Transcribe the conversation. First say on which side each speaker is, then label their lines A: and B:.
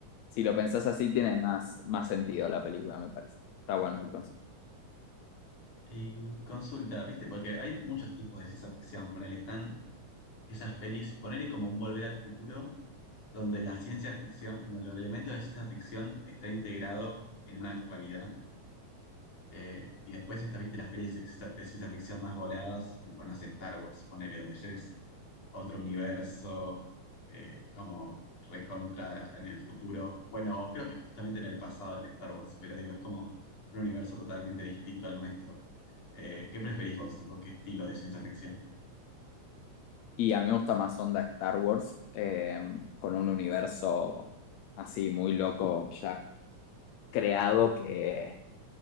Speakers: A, on the left; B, on the left.
A: Si
B: Sí.
A: lo pensás así, tiene más, más sentido la película, me parece. Está bueno el concepto.
B: Y consulta, ¿viste? Porque hay muchos tipos de ciencia ficción. Ponele, están esas pelis, ponele como un Volver al Futuro, donde la ciencia ficción, como los elementos de ciencia ficción, está integrado en una actualidad. Eh, y después está, viste, las pelis de ciencia, de ciencia ficción más voladas, tipo, no sé, Star Wars, ponele, donde ya es otro universo, eh, como recontra en el futuro. Bueno, creo que justamente en el pasado en Star Wars, pero digo, es como un universo totalmente distinto al nuestro. Eh, ¿qué preferís vos? Tipo, ¿qué estilo de ciencia ficción?
A: Y a mí me gusta más onda Star Wars, eh, con un universo así muy loco ya creado que,